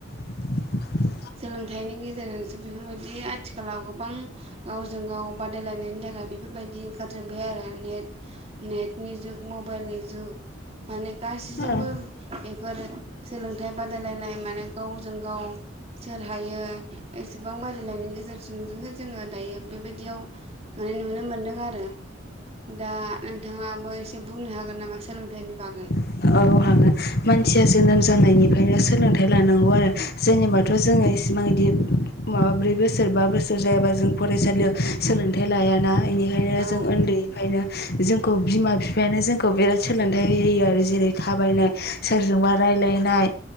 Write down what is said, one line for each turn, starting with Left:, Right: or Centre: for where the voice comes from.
Left: <inaudible>
Right: सोलोंथाइनि गेजेरजोंसो बेफोरबादि आथिखालाव गोबां गावजों गाव बादायलायनायनि थाखाय बेफोरबायदि ओंखारजोबबाय आरो नेट नेटनि जुग मबाइलनि जुग माने गासैजोंबो
Left: नंगौ औ
Right: बिफोरो सोलोंथाइ बादायलायनाय माने गावजों गावो सोर हायो एसेबां बादायलायनायनि गेजेरजोंसो जोङो दायो बेबादियाव माने नुनो मोनदों आरो दा नोंथाङाबो एसे बुंनो हागोन नामा सोलोंथाइनि बागै
Left: औ हागोन मानसिया जोनोम जानायनिफ्रायनो सोलोंथाइ लानांगौ आरो। जोंनिबाथ' जोङो इसिबां बिदि माबा ब्रै बोसोर बा बोसोर जायाबा जों फरायसालियाव सोलोंथाइ लायाना बेनिखायनो
Right: औ
Left: जों उन्दैनिफ्रायनो जोंखौ बिमा बिफायानो जोंखौ बिराद सोलोंथाइ होयो आरो। जेरै थाबायनाय सोरजोंबा रायज्लायनाय